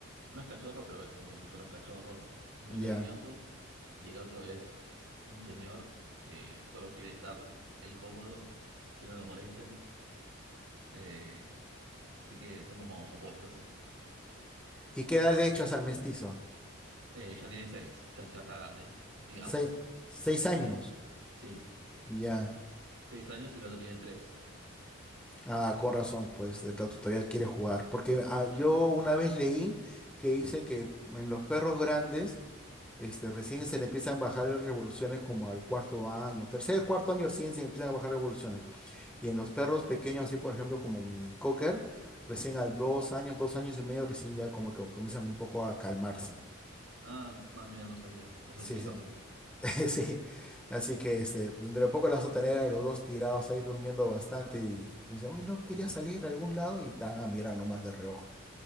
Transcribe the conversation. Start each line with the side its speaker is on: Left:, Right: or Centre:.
Right: no es cachorro, pero es como si fuera un cachorro, muy
Centre: Ya.
Right: cariñoso. Y el otro es un señor que solo quiere estar el cómodo, que no lo molesten. Eh, así que son como opuestos.
Centre: ¿Y qué edad le echas al mestizo?
Right: Eh, ya tiene seis, ya, ya está grande, digamos.
Centre: Se- seis años.
Right: Sí, sí.
Centre: Ya.
Right: Seis años y el otro tiene tres.
Centre: Ah, con razón, pues el dato todavía quiere jugar. Porque ah,
Right: Sí.
Centre: yo una vez leí que dice que en los perros grandes, este, recién se le empiezan a bajar las revoluciones como al cuarto año. Tercer, cuarto año recién se empiezan a bajar revoluciones. Y en los perros pequeños, así por ejemplo como mi cocker, recién a dos años, dos años y medio, recién ya como que comienzan un poco a calmarse.
Right: Ah, ma- mira, no sabía. Eso
Centre: Sí,
Right: explica
Centre: sí,
Right: mucho.
Centre: <laughs> sí. Así que este, dentro de poco las vas a tener a los dos tirados ahí durmiendo bastante y me dicen, uy, no quería
Right: Sí.
Centre: salir a algún lado y te van a mirar nomás de reojo.